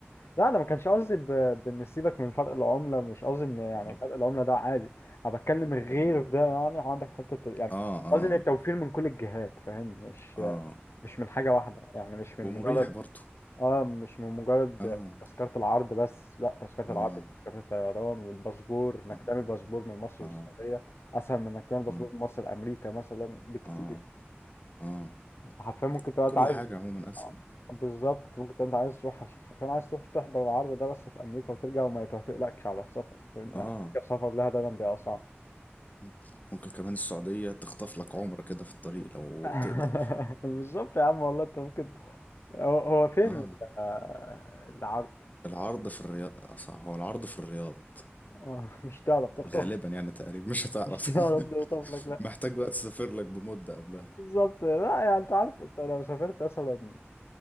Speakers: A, on the left; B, on the left.
A: لا انا ما كانش قصدي ب- بان سيبك من فرق العمله مش قصدي ان يعني
B: اه
A: فرق العمله ده عادي انا بتكلم غير
B: مم.
A: ده يعني عندك حته يعني
B: اه اه
A: قصدي ان التوفير من كل الجهات فاهم مش
B: اه
A: مش من حاجة واحدة يعني مش من
B: ومريح
A: مجرد
B: برضو
A: اه مش من مجرد
B: اه
A: تذكرة العرض بس لا تذكرة
B: اه
A: العرض تذكرة الطيران والباسبور انك
B: اه
A: تعمل باسبور من مصر
B: اه
A: للسعودية اسهل من انك تعمل باسبور
B: اه
A: من مصر لامريكا مثلا بكتير
B: اه آه.
A: انت حرفيا ممكن تبقى
B: كل
A: انت عايز
B: حاجة عموما اسهل
A: آه، بالظبط انت ممكن تبقى انت عايز تروح عشان حرفيا عايز تروح تحضر العرض ده بس في امريكا وترجع وما يتوافقلكش على السفر لان
B: اه
A: أمريكا السفر لها دايما بيبقى صعب
B: مم. ممكن كمان السعودية تخطف لك عمرة كده في الطريق لو
A: <laughs>
B: تقدر
A: بالظبط يا عم والله انت ممكن هو هو فين
B: اه
A: ال- آه، العرض
B: العرض في الرياض أصح هو العرض في الرياض
A: آه، <laughs> مش تعرف تخطف
B: غالبا يعني تقريبا مش هتعرف
A: مش تعرف تخطف لك لا
B: <laughs> محتاج بقى تسافر لك بمدة قبلها
A: بالظبط لا يعني انت عارف انت لو سافرت مثلا